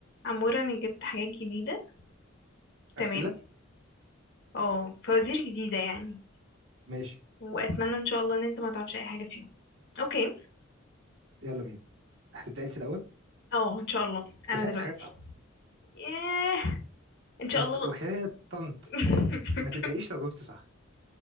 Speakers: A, on the left; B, on the right.
A: عمورة انا جبت حاجات جديدة تمام
B: اسئله
A: اه فوازير جديدة يعني
B: ماشي
A: واتمنى ان شاء الله ان انت ما تعرفش اي حاجة فيهم اوكي
B: يلا بينا هتبداي انت الاول
A: اه ان شاء الله انا
B: بس عايز
A: دلوقتي
B: حاجات صعبه
A: ياه ان شاء
B: بس
A: الله
B: وحياه طنط
A: <laughs>
B: ما تضايقيش لو جاوبت صح